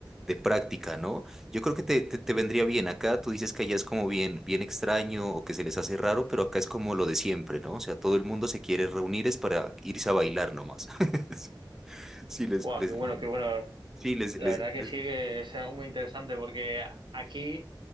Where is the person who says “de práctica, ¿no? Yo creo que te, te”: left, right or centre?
Centre